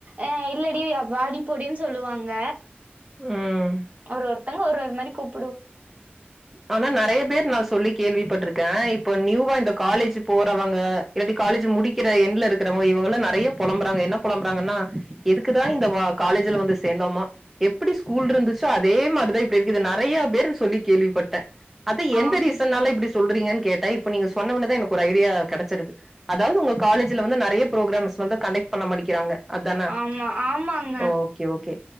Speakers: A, on the right; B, in the centre.
A: ஆ இல்லடி வாடி போடின்னு சொல்லுவாங்க
B: ம்
A: ஒரு ஒரு ஒருத்தங்க ஒரு ஒரு மாரி கூப்
B: ஆனா நெறைய பேர் நா சொல்லிக் கேள்விப்பட்ருக்கேன் இப்ப நியூவா இந்த காலேஜ் போறவங்க இல்லாட்டி காலேஜ் முடிக்கிற எண்ட்ல இருக்கறவங்க இவுங்கள்லா நெறைய பொலம்பறாங்க என்ன பொலம்புறாங்கன்னா எதுக்குதா இந்த வா காலேஜ் ல வந்து சேந்தோமா எப்டி ஸ் கூல் இருந்துச்சோ அதே மாரிதா இப்ப இருக்குது நெறைய பேர் சொல்லிக் கேள்விப்பட்ட அது எந்த
A: ஆம்
B: ரீசனால இப்டி சொல்றீங்கன்னு கேட்ட இப்ப நீங்க சொன்னவொன்னேதா எனக்கு ஒரு ஐடியா கெடச்சிருக்கு அதாவது உங்க காலேஜ்ல வந்து நெறைய ப்ரோக்ராம்ஸ் வந்து கன்டெக்ட் பண்ண மாட்டேங்கிறாங்க அதானா
A: ஆமா ஆமாங்க
B: ஓகே ஓகே